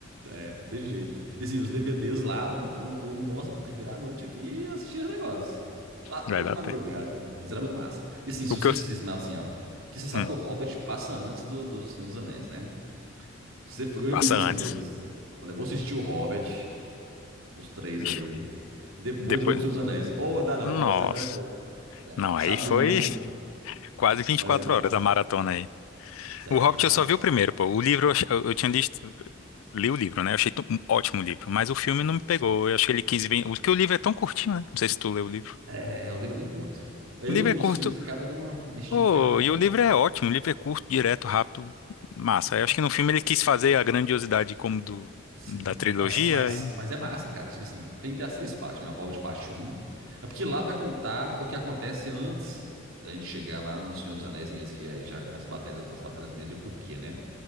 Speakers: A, on the right; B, on the left.
A: É, de jeito. E assim, os DVDs lá, tanto, eu falei, nossa, vou ter que virar a noite aqui e assistir esse negócio. Ah, Até
B: Vai
A: de
B: dar
A: madrugada,
B: até.
A: mas era muito massa. E assim, se
B: O
A: você
B: que eu.
A: se cismar assim, ó, que você sabe
B: Hum,
A: que o Hobbit passa antes do, do Senhor dos Anéis, né? Você, foi- eu
B: passa
A: já fiz isso
B: antes.
A: uma vez. Falei, vou assistir o Hobbit, os três
B: Vixe,
A: ali, depois
B: Depois.
A: eu vou pro Senhor dos Anéis. Ou dá não,
B: Nossa.
A: o final de semana é pouco, sério.
B: Não,
A: Sábado,
B: aí foi.
A: domingo é pouco,
B: Quase 24
A: mas é massa,
B: horas a
A: assim.
B: maratona aí.
A: Sério,
B: O Hobbit
A: mas é massa.
B: eu só vi
A: assim.
B: o primeiro, pô. O livro eu, ach- eu eu tinha visto. Li o livro, né? Eu achei t- um ótimo livro, mas o filme não me pegou. Eu acho que ele quis bem. Porque o livro é tão curtinho, né? Não sei se tu leu o livro.
A: É, o livro é bem curto. Aí
B: O livro
A: no-
B: é
A: nos
B: curto.
A: filmes acaba dando uma uma esticada
B: Pô,
A: nele,
B: e o livro é ótimo. O livro é curto, direto, rápido, massa.
A: sim
B: Eu acho que no filme ele quis fazer a grandiosidade como do
A: Sim,
B: da trilogia
A: mas, mas,
B: e
A: mas é massa, cara. Tipo assim, tem que ter as três partes, né? O Hobbit parte um É porque lá vai contar o que acontece antes da gente chegar lá no Senhor dos Anéis mesmo, que já, já- as batalhas, as batalhas mesmo e o porquê, né?